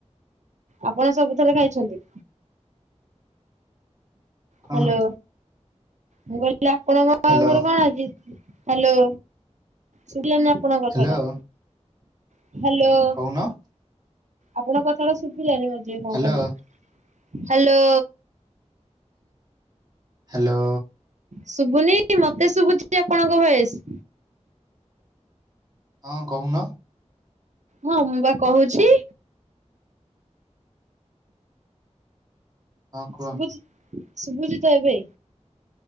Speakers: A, on the right (about 80°); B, on the right (about 35°).
A: ଆପଣ ସବୁଥରେ ଖାଇଛନ୍ତି?
B: କଣ
A: ହ୍ୟାଲୋ। ମୁଁ କହିଲି ଆପଣଙ୍କ
B: ହ୍ୟାଲୋ
A: ଘରେ କଣ ଆଜି? ହ୍ୟାଲୋ ଶୁବିଲାନି ଆପଣଙ୍କ କଥା
B: ହ୍ୟାଲୋ
A: ଟା। ହ୍ୟାଲୋ।
B: କଣ?
A: ଆପଣଙ୍କ କଥାଟା ସୁବିଲାନି ମଝିରେ କଣ
B: ହ୍ୟାଲୋ
A: କହିଲେ। ହ୍ୟାଲୋ।
B: ହ୍ୟାଲୋ।
A: ଶୁଭୁନି ମତେ ଶୁଭୁଛି ଆପଣଙ୍କ ଭଏସେ।
B: ହଁ କହୁନ?
A: ହଁ ମୁଁ ବା କହୁଛି।
B: ହଁ କୁହ
A: ଶୁଭୁଛି ଶଭୁଛି ତ ଏବେ?